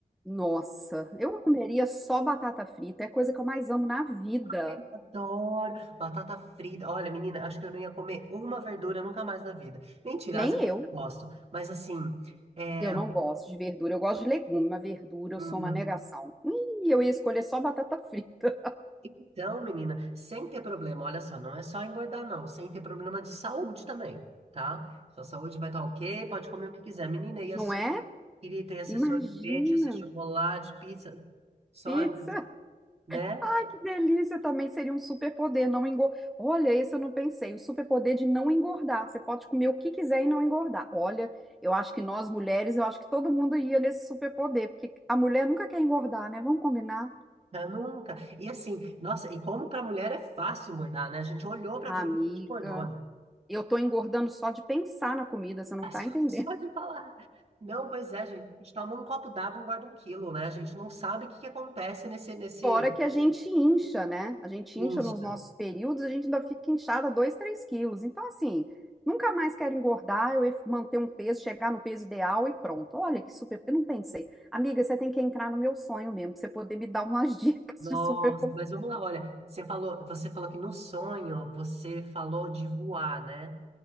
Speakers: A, in the centre; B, on the right.
A: Nossa, eu comeria só batata frita, é a coisa que eu mais amo na vida.
B: Ai, Adoro batata frita. Olha, menina, acho que eu não ia comer uma verdura nunca mais na vida. Mentira,
A: Nem
B: às vezes
A: eu,
B: eu gosto, mas assim, é,
A: eu não gosto de verdura, eu gosto de legume, mas verdura
B: hum,
A: eu sou uma negação. Ih, eu ia escolher só batata frita,
B: Então, menina, sem ter problema, olha só, não é só engordar, não, sem ter problema de saúde também, tá? Sua saúde vai estar ok, pode comer o que quiser. Menina, ia
A: não
B: ser,
A: é?
B: queria ter esse
A: Imagina.
B: sorvete, esse chocolate, pizza, só,
A: Pizza,
B: né?
A: ai que delícia! Também seria um superpoder, não engordar. Olha, esse eu não pensei, o superpoder de não engordar. Você pode comer o que quiser e não engordar. Olha, eu acho que nós mulheres, eu acho que todo mundo ia nesse superpoder, porque a mulher nunca quer engordar, né? Vamos combinar?
B: Já Nunca. E assim, nossa, e como pra mulher é fácil engordar, né? A gente olhou pra
A: Ah,
B: comida
A: amiga,
B: e a gente engordou, né?
A: eu tô engordando só de pensar na comida, você não
B: É
A: tá
B: só,
A: entendendo.
B: só de falar. Não, pois é, gente, a gente toma um copo d'água e engorda um quilo, né? A gente não sabe o que que acontece nesse, nesse...
A: Fora que a gente incha, né? A gente
B: Isso.
A: incha nos nossos períodos, a gente ainda fica inchada 2, 3 quilos. Então, assim, nunca mais quero engordar, eu ia manter um peso, chegar no peso ideal e pronto. Olha que super. Eu não pensei. Amiga, você tem que entrar no meu sonho mesmo, pra você poder me dar umas <laughs> dicas
B: Nossa,
A: de super
B: mas vamos lá, olha, você falou, você falou que no sonho você falou de voar, né?